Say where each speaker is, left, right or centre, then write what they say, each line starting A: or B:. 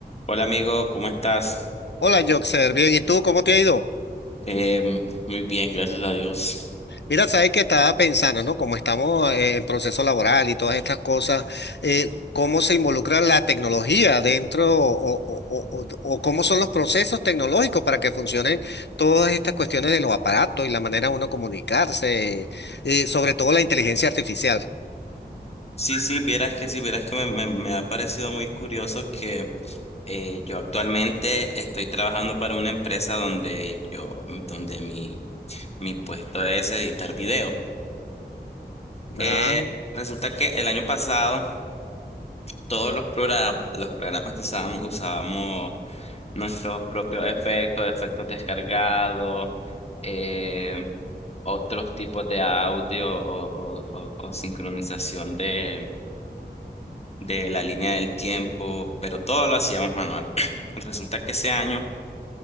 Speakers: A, on the left; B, on the left.
A: Hola amigo, ¿cómo estás?
B: Hola, Joxer, bien, ¿y tú cómo te ha ido?
A: Em, muy bien, gracias a Dios.
B: Mira, sabes que estaba pensando, ¿no? Como estamos eh, en proceso laboral y todas estas cosas, eh, ¿cómo se involucra la tecnología dentro o, o- o- o- o cómo son los procesos tecnológicos para que funcionen todas estas cuestiones de los aparatos y la manera de uno comunicarse, y sobre todo la inteligencia artificial?
A: Sí, sí, vieras que sí, vieras que me, me- me ha parecido muy curioso que eh, yo actualmente estoy trabajando para una empresa donde yo, donde mi, mi puesto es editar video. Eh,
B: Ah,
A: resulta que el año pasado todos los programas, los programas que usábamos, usábamos nuestros propios efectos, efectos descargados, eh, otros tipos de audio o, o- o- o sincronización de, de la línea del tiempo, pero todo lo hacíamos manual. <clears throat> Resulta que ese año